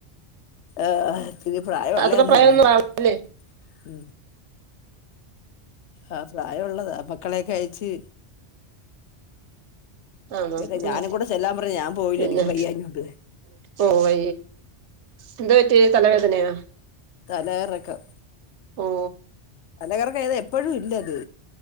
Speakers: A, on the left; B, on the right.
A: ആ ഇരി പ്രായമള്ളേന്ന്
B: അത്ര പ്രായമൊന്നും
A: പറയുന്ന
B: ആവില്ലേ
A: ഉ ആ പ്രായമുള്ളത് മക്കളെക്കെ അഴച്ച്.
B: ആണോ
A: പിന്നെ
B: ഉം
A: ഞാനും കൂടെ ചെല്ലാൻ പറഞ്ഞ ഞാൻ പോയില്ല
B: പിന്നെ
A: എനിക്ക് വയ്യഞ്ഞോട്ടണ്ട്.
B: ഓ വയ എന്താ പറ്റി തലവേദനയാ?
A: തല കറക്കം.
B: ഓഓ
A: തല കറക്കം എപ്പഴും ഇല്ലത്.